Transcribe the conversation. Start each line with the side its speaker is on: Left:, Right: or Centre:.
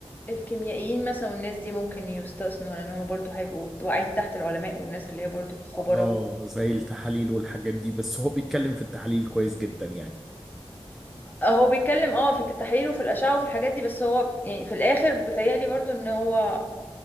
Left: الكيميائيين مثلا والناس دي ممكن يستثنوا لان هم برضو هيبقوا واقعين تحت العلماء والناس اللي هي برضو خبراء
Centre: اه زي التحاليل والحاجات دي بس هو بيتكلم في التحاليل كويس جدا يعني
Left: هو بيتكلم اه في التحاليل وفي الاشعة وفي الحاجات دي بس هو يعني في الاخر بيتهيألي برضو ان هو